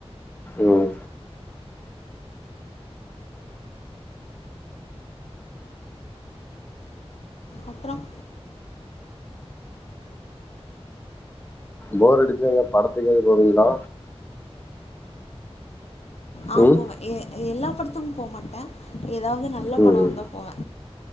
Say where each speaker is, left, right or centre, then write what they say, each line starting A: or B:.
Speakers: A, on the left (about 20°); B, on the left (about 75°).
A: ம்
B: அப்புறம்.
A: போர் அடிச்சா எங்கா படத்துக்கீது போவீங்களா.
B: ஆஹ்
A: ம்
B: போவே ஏ எல்லா படத்துக்கு போகமாட்டே ஏதாவது நல்ல
A: ம்
B: பட வந்தா போவே.